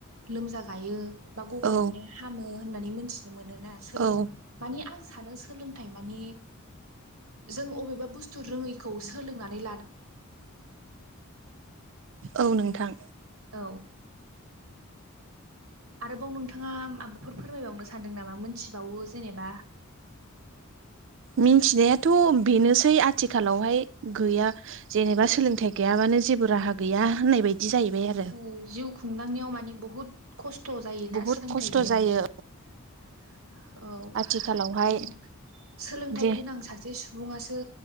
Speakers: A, on the right (about 80°); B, on the right (about 60°).
A: लोमजा गायो। बा गगा
B: औ
A: मोननाया हामो होननानै मोनथिनो मोनोना सोलों
B: औ
A: माने आं सोलोंथाइ माने जों अबेबा बुस्थु रोङैखौ सोलोंनानै
B: औ नोंथां
A: औ आरोबाव नोंथाङा माबाफोर फोरमायबावनो सानदों नामा? मोनथिबावो जेनेबा <inaudible>
B: मिथिनायाथ' बेनोसै आथिखालावहाय गैया जेनेबा सोलोंथाइ गैयाबानो जेबो राहा गैया होननाय बायदि। जाहैबाय आरो
A: औ जिउ खुंलांनायाव मानि बुहुत खस्थ'। जायोना
B: बुहुद
A: सोलोंथाइ
B: खस्थ'
A: गैयाब्ला
B: जायो
A: ।औ
B: आथिखालावहाय
A: आरो सोलोंथाइ
B: जे
A: गोनां सासे सुबुङासो